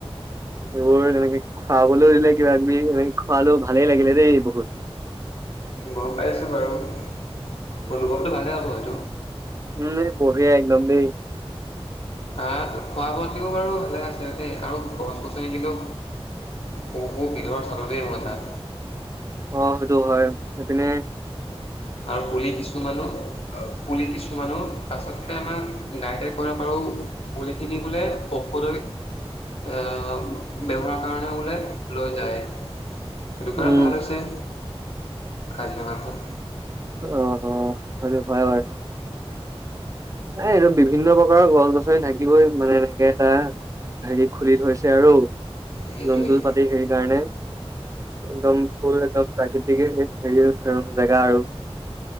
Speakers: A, on the right; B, on the left.
A: এইবোৰ তেনেকে খুৱাবলৈও দিলে কিবা কিবি এনেকে খোৱালো ভালেই লাগিলে দেই বহুত।
B: গম পাইছোঁ বাৰু অনু অনুভৱতটো ভালে হ'ব সেইটো
A: উম বঢ়িয়া আহ গাম্বি
B: তাত খোৱা বোৱাও বাৰু ভালে আছিল দেই আৰু গছ-গছনি কিন্তু পহু বিধৰ চালতেৱ মথা।
A: অ সেইটো হয় সেই পিনে
B: আৰু পুলি কিছুমানৰ পুলি কিছুমানো পাছতকৈ আমাক গাইডে কৰিব পাৰোঁ পুলিখিনি বোলে ঔষধ অ', ব্যৱহাৰ কাৰণে বোলে লৈ যায়। স দোকান
A: উম
B: ভাল হৈছে কাজিৰঙাখন
A: অ', অ', হয়। হয় বাৰু। নাই এইদম বিভিন্ন প্ৰকাৰৰ গছ গছনি থাকিবই মানে এনেকে এটা হেৰি খুলি থৈছে আৰু
B: সেইটোৱেই
A: জন্তু পাতি সেইকাৰণে একদম ফুল একদম প্ৰাকৃতিকে হেৰি জেগা আৰু।